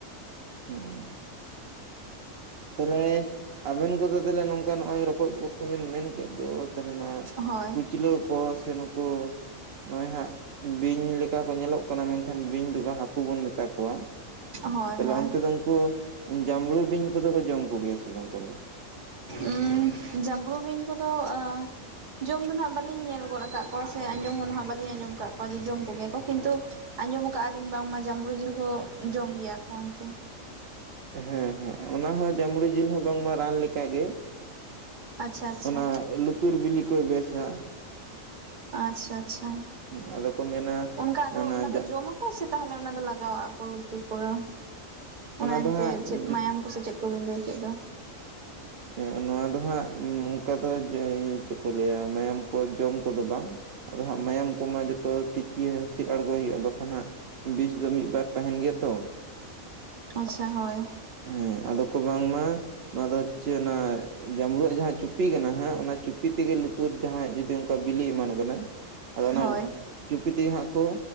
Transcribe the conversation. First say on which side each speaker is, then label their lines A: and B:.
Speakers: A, on the right; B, on the right.
A: ᱦᱩᱸ᱾ ᱛᱟᱦᱞᱮ ᱟᱵᱮᱱ ᱠᱚᱫᱚ ᱛᱟᱦᱞᱮ ᱱᱚᱝᱠᱟ ᱱᱚᱜᱚᱭ ᱨᱚᱠᱚᱡ ᱠᱚ ᱵᱮᱱ ᱢᱮᱱ ᱠᱮᱫ ᱫᱚ᱾ ᱛᱟᱦᱞᱮ ᱱᱚᱣᱟ
B: ᱦᱳᱭ
A: ᱠᱩᱪᱞᱟᱹ᱾ ᱠᱚ ᱥᱮ ᱱᱩᱠᱩ ᱱᱚᱜ-ᱚᱭ ᱦᱟᱸᱜ ᱵᱤᱧ ᱞᱮᱠᱟ ᱠᱚ ᱧᱮᱞᱚᱜ᱾ ᱠᱚᱱᱟ ᱢᱮᱝᱠᱷᱟᱱ ᱵᱤᱧ ᱫᱚ ᱵᱟ ᱦᱟᱠᱩ ᱵᱚᱱ ᱢᱮᱛᱟ ᱠᱚᱣᱟ
B: ᱦᱳᱭ
A: ᱛᱟᱦᱞᱮ
B: ᱦᱳᱭ
A: ᱚᱱᱛᱮ ᱫᱚ᱾ ᱠᱩ ᱡᱟᱢᱲᱩ ᱵᱤᱧ ᱠᱚᱫᱚ ᱠᱚ ᱡᱚᱢ ᱠᱚᱜᱮᱭᱟ ᱥᱮ ᱵᱟᱝ ᱛᱟᱦᱞᱮ᱾
B: ᱩᱸ ᱡᱟᱢᱲᱩ ᱵᱤᱧ ᱠᱚᱫᱚ ᱟᱸ᱾ ᱡᱚᱢ ᱫᱚ ᱱᱷᱟᱜ ᱵᱟᱞᱤᱧ ᱧᱮᱞ ᱜᱚᱫ ᱠᱟᱜ ᱠᱚᱣᱟ ᱥᱮ ᱟᱸᱡᱚᱢ ᱦᱚᱸ ᱱᱷᱟᱜ ᱵᱟᱞᱤᱧ ᱟᱸᱡᱚᱢ ᱠᱟᱜ ᱠᱚᱣᱟ ᱡᱮ ᱡᱚᱢ ᱠᱚᱜᱮᱭᱟ ᱠᱚ ᱠᱤᱱᱛᱩ᱾ ᱟᱸᱡᱚᱢ ᱠᱟᱜ ᱟᱞᱤᱧ ᱵᱟᱝᱢᱟ ᱡᱟᱢᱵᱲᱩ ᱡᱤᱞ ᱠᱚ ᱡᱚᱢ ᱜᱮᱭᱟ ᱠᱚ ᱚᱱᱛᱮ᱾
A: ᱦᱮᱸ ᱦᱮᱸ ᱚᱱᱟ ᱦᱚᱸ ᱡᱟᱢᱲᱩ ᱡᱤᱞ ᱦᱚᱸ ᱵᱟᱝᱢᱟ ᱨᱟᱱ ᱞᱮᱠᱟᱜᱮ᱾
B: ᱟᱪᱪᱷᱟ ᱟᱪᱪᱷᱟ
A: ᱚᱱᱟ ᱞᱩᱛᱩᱨ ᱵᱤᱞᱤ ᱠᱚᱭ ᱵᱮᱥᱟ᱾
B: ᱟᱪᱪᱷᱟ ᱟᱪᱪᱷᱟ
A: ᱦᱮᱸ ᱟᱫᱚ ᱠᱚ ᱢᱮᱱᱟ
B: ᱚᱱᱠᱟ ᱟᱫᱚ ᱚᱱᱟ
A: ᱡᱟ
B: ᱫᱚ ᱡᱚᱢ ᱚᱠᱟ ᱥᱮᱜ ᱛᱟᱦᱞᱮ ᱚᱱᱟ ᱫᱚ ᱞᱟᱜᱟᱣᱟᱜ-ᱟᱠᱚ ᱞᱩᱛᱩᱨ ᱠᱚᱨᱚ ᱚᱱᱟ
A: ᱫᱚ
B: ᱮᱱᱛᱮ
A: ᱦᱟᱸᱜ
B: ᱪᱮᱫ ᱢᱟᱭᱟᱢ᱾ ᱩᱱᱠᱩ ᱥᱮ ᱪᱮᱫ ᱠᱚᱵᱤᱱ ᱞᱟᱹᱭ ᱠᱮᱜ ᱫᱚ᱾
A: ᱦᱮᱸ ᱱᱚᱣᱟ ᱫᱚ ᱦᱟᱸᱜ ᱚᱝᱠᱟ ᱫᱚ ᱪᱮᱜ ᱠᱚ ᱞᱟᱹᱭᱟ ᱢᱟᱭᱟᱢ ᱠᱚ ᱡᱚᱢ ᱠᱚᱫᱚ ᱵᱟᱝ᱾ ᱟᱫᱚ ᱦᱟᱸᱜ ᱢᱟᱭᱟᱢ ᱠᱚᱢᱟ ᱡᱚᱛᱚ ᱛᱤᱠᱤ ᱤᱥᱤᱱ ᱟᱸᱬᱜᱚᱭ ᱦᱩᱭᱩᱜ-ᱟ ᱵᱟᱠᱷᱟᱱ ᱦᱟᱸᱜ᱾ ᱵᱤᱥ ᱫᱚ ᱢᱤᱜ ᱵᱟᱨ ᱛᱟᱦᱮᱱ ᱜᱮᱭᱟ ᱛᱚ᱾
B: ᱟᱪᱪᱷᱟ ᱦᱳᱭ᱾
A: ᱦᱮᱸ ᱟᱫᱚ ᱠᱚ ᱵᱟᱝᱢᱟ ᱱᱚᱣᱟ ᱫᱚ ᱪᱮᱜ ᱚᱱᱟ᱾ ᱡᱟᱸᱢᱲᱩᱣᱟᱜ ᱡᱟᱸᱦᱟ ᱪᱩᱯᱤ ᱠᱟᱱᱟ ᱦᱟᱸᱜ ᱚᱱᱟ ᱪᱩᱯᱤ ᱛᱮᱜᱮ ᱞᱩᱛᱩᱨ ᱡᱟᱸᱦᱟᱭ ᱡᱩᱫᱤ ᱚᱝᱠᱟ ᱵᱤᱞᱤ ᱮᱢᱟᱱ ᱠᱟᱱᱟ᱾ ᱟᱫᱚ ᱚᱱᱟ
B: ᱦᱳᱭ
A: ᱪᱩᱯᱤ ᱛᱮᱜᱮ ᱦᱟᱸᱜ ᱠᱚ